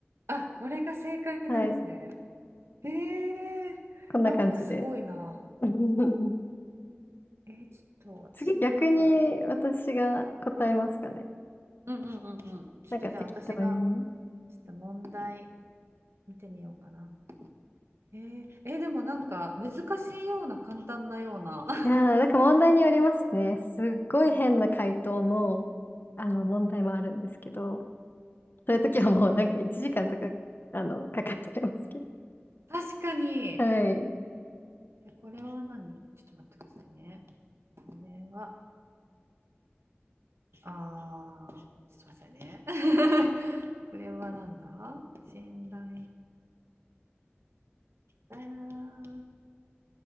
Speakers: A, on the right (about 75°); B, on the left (about 50°).
A: あ、これが正解なんですね。
B: す。はい。
A: へえ。
B: こんな感じで。
A: なんかすごいな。
B: <laughs>
A: えーちょっと私もなんか、
B: 次、逆に私が答えますかね。
A: うんうんうんうん。ちょっとじゃあ私が
B: なんか適当に。い
A: ちょっと問題見てみようかな。えー、えーでもなんか難しいような簡単なような。<laughs>
B: やー、なんか問題によりますね。すっごい変な回答の、あの問題もあるんですけど、そういう時はもうなんか1時間とか、あの、かかっちゃいますけど。
A: 確かに。
B: はい。
A: え、これは何ちょっと待ってくださいね。これは。ああ、すみませんね。<laughs> これはなんだ信頼。あ